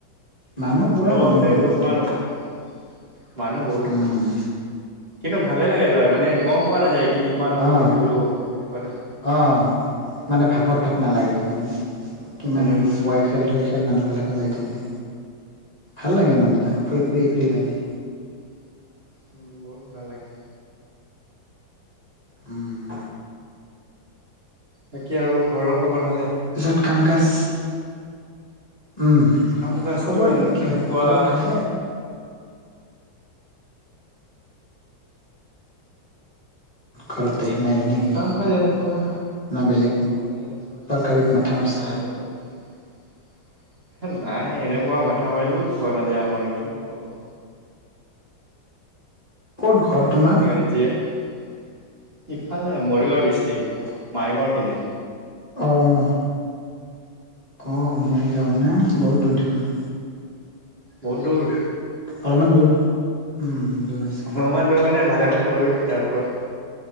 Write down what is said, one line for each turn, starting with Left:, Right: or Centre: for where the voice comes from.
Left: মানুহ
Right: অ
Left: পুৰা
Right: তলপ
Left: মানুহ
Right: <unintelligible>
Left: হয়
Right: ইমান
Left: বৰ্তমান
Right: ওপৰত মানুহ বহুত
Left: উম
Right: হয়, কিন্তু ভালে লাগে যায়। মানে, গম পোৱা নাযায় কি, ইমান ওপৰত
Left: অ',
Right: উঠিলো, সেনেকুৱাতে,
Left: অ'। মানে ভাগৰ ভাৱ নালাগে মানে ।কিমান
Right: উম, উম,
Left: বয়সিয়াল-থৈসিয়াল মানুহবিলাকো যাই থাকে। ভাল
Right: উম,
Left: লাগে ইন এটা ফ্ৰী লাগে।
Right: উম, বহুত ভাল লাগে।
Left: উম।
Right: বাকী আৰু ঘৰৰ খবৰ ভালে?
Left: তাৰপিছত কাম কাজ, উম
Right: খাম কাষ্টটো
Left: খবৰ
Right: এনেকুৱা
Left: আৰু কি হ'ব খবৰ ভালে ঘৰতে। নাই নেকি
Right: কাম কাজ এনেকুৱা
Left: না বেলেগ
Right: এনেই আছোঁ আৰু
Left: চৰকাৰীত মাথা মাৰছা
Right: নাই বেলেগ। নাই এনেকুৱা মাথা মাৰিলেও পোৱা নাযায় আমাৰ কি যে হ'ব,
Left: ক'ত ঘৰ
Right: উমে
Left: তোমাৰ
Right: পোৱা দে কালিজিয়ে <unintelligible> ইফালে মৰিগাঁও ডিচটীক, মায়ঙৰ পিনে,
Left: অঁ অঁ মৰিগাঁও না বহুত দূৰ দেখোন।
Right: বহুত দূৰ।
Left: অলপমান দূৰ। দূৰ আছে
Right: অলপমান দূৰ মানে ভালে মানে ধৰি তাৰপৰা